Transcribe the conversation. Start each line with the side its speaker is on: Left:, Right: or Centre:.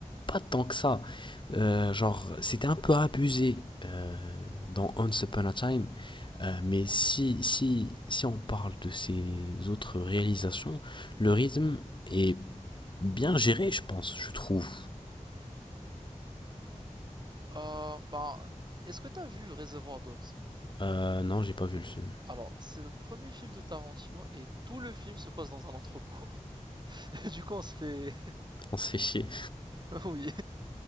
Left: pas tant que ça. Euh, genre, c'était un peu abusé euh, dans Once Upon a Time, euh, mais
Right: oui.
Left: si, si, si on parle de ses autres réalisations, le rythme est bien géré, je pense, je trouve.
Right: Euh, bah, est-ce que t'as vu Reservoir Dogs
Left: Euh, non, j'ai pas vu le film.
Right: Alors, c'est le premier film de Tarantino et tout le film se passe dans un entrepôt. <laughs> du coup, on se fait.
Left: On se fait chier.
Right: <laughs> oui.